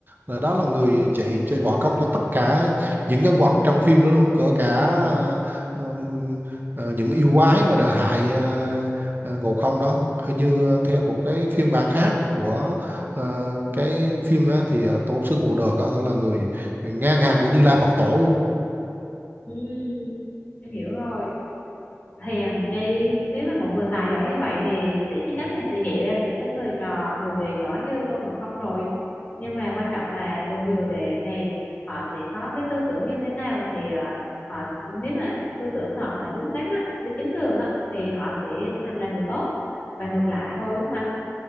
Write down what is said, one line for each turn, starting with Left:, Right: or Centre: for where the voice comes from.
Right: Là- đó là người dạy dạy võ công cho tất cả những nhân vật trong phim đó luôn cỡ cả ờ, ừ, ờ, những yêu quái mà đã hại ờ, ờ, Ngộ Không đó hình như ờ, theo một cái phiên bản khác của ờ, cái phim á, thì ờ, tổ sư Bồ Đờ có thể là người ngang hàng của Như Lai Phật Tổ luôn
Left: ừ, em hiểu rồi Hèn chi nếu mà một người tài giỏi như vậy thì sẽ chắc
Right: ừ.
Left: chắn là sẽ dạy ra những cái người trò đồ đệ giỏi như Tôn Ngộ Không rồi nhưng mà quan trọng là đồ người đồ đệ này họ sẽ có cái tư tưởng như thế nào thì à, họ nếu mà tư tưởng họ mà đúng đắn á, đi chính đường á thì họ sẽ thành là người tốt và ngược lại thôi đúng không anh